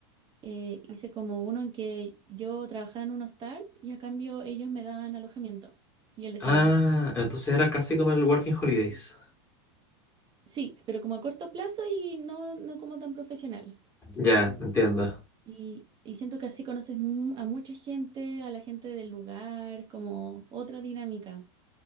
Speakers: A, on the right; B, on the left.
A: eh, hice como uno en que yo trabajaba en un hostal y a cambio ellos me daban alojamiento y el desayuno.
B: Ah, entonces era casi como el Working Holidays.
A: Sí, pero como a corto plazo y no, no como tan profesional.
B: Ya, entiendo.
A: Y, y siento que así conoces mu- a mucha gente, a la gente del lugar, como otra dinámica.